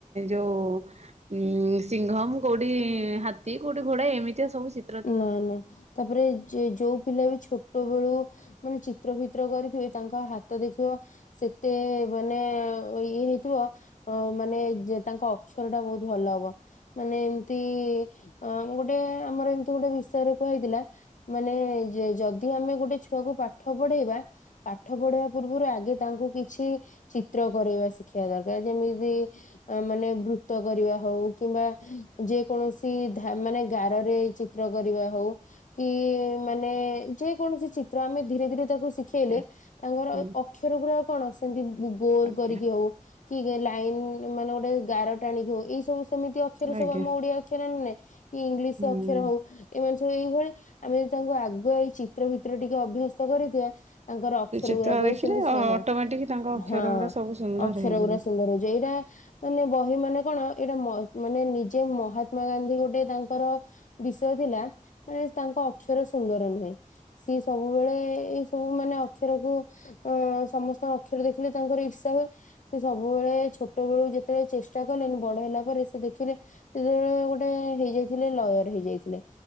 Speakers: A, on the right; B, on the left.
A: ଯଉଁ ଉଁ ସିଂଘମ୍ କୋଉଠି ହାତୀ କୋଉଠି ଘୋଡା ଏମିତିଆ ସବୁ ସି
B: ନାଇଁ ନାଇଁ ତାପରେ ଯେ ଯୋଉ ପିଲା ବିଛୁ ଛୋଟ ବେଳୁ ମାନେ ଚିତ୍ର ଫିତ୍ର କରିଥିବେ ତାଙ୍କ ହାତ ଦେଖିବ ସେତେ ମାନେ ଇଏ ହେଇଥିବ। ଅ ମାନେ ଯେ ତାଙ୍କ ଅକ୍ଷର ଟା ବହୁତ ଭଲ ହବ। ମାନେ ଏମତି ଅ ଗୋଟେ ଆମର ଏମିତି ଗୋଟେ ବିଷୟରେ କୁହାହେଇଥିଲା। ମାନେ ଯଦି ଆମେ ଗୋଟେ ଛୁଆକୁ ପାଠ ପଢେଇବା ପାଠ ପଢେଇବା ପୂର୍ବରୁ ଆଗେ ତାଙ୍କୁ କିଛି ଚିତ୍ର କରେଇବା ସିଖେଇବା ଦରକାର ଯେମିତି ଅ ମାନେ ବୃତ କରିବା ହଉ କିମ୍ବା ଯେ କୌଣସି ଧା ମାନେ ଗାରରେ ଏ ଚି ତ୍ର କରିବା ହଉ କି ମାନେ ଯେ କୌଣସି ଚିତ୍ର ଆମେ ଧୀରେ ଧୀରେ ତାକୁ ଶିଖେଇଲେ
A: ଆଜ୍ଞା
B: ତାଙ୍କର
A: ହୁଁ
B: ଅକ୍ଷର ଗୁଡା କଣ ସେମିତି ଗୋଲ
A: ଆଜ୍ଞା
B: କରିକି ହଉ କି ଲାଇନ୍ ମାନେ ଗୋଟେ ଗାର ଟାଣିିକି ହଉ ଏଇ ସବୁ ସେମିତିଆ ଅକ୍ଷର
A: ଆଜ୍ଞା
B: ସବୁ ଆମ ଓଡିଆ ଅକ୍ଷର ନେଲେ କି ଇଂଲିଶ
A: ହୁଁ।
B: ଅକ୍ଷର ହଉ। ଏମାନେ ସବୁ ଏଇଭଳି। ଆମେ ଯଦି ତାଙ୍କୁ ଆଗୁଆଇ ଚିତ୍ର ଭିତ୍ର ଟିକେ ଅଭ୍ୟସ୍ତ କରିଥିବା ତାଙ୍କର ଅକ୍ଷର
A: ସେ ଚିତ୍ର
B: ଗୁଡାକୁ
A: ଦେଖିଲେ
B: ବି ସେମିତି ଛଅ
A: ଅଟୋମେଟିକ ତାଙ୍କ ଅକ୍ଷର
B: ହଁ
A: ଗୁରା ସବୁ ସୁନ୍ଦର
B: ଅକ୍ଷର
A: ହେଇଯିବ।
B: ଗୁଡା ସୁନ୍ଦର ହେଇଯିବ ଏଇଟା ମାନେ ବହି ମାନେ କଣ ଏଇଟା ମାନେ ନିଜେ ମହାତ୍ମା ଗାନ୍ଧୀ ଗୋଟେ ତାଙ୍କର ବିସ୍ ଶୟ ଥିଲା ମାନେ ତାଙ୍କ ଅକ୍ଷର ସୁନ୍ଦର ନୁହେଁ। ସିଏ ସବୁବେଳେ ଏଇ ସବୁ ମାନେ ଅକ୍ଷର କୁ ଅ ସମସ୍ତଙ୍କ ଅକ୍ଷର ଦେଖିଲେ ତାଙ୍କର ଇର୍ଷା ହୁଏ। ସେ ସବୁବେଳେ ଛୋଟ ବେଳୁ ଯେତେବେଳେ ଚେଷ୍ଟା କଲେନି ବଡ ହେଲା ପରେ ସେ ଦେଖିଲେ ସେତେବେଳେ ଗୋଟେ ହେଇଯାଇଥିଲେ ଲୟର ହେଇ ଯାଇଥିଲେ।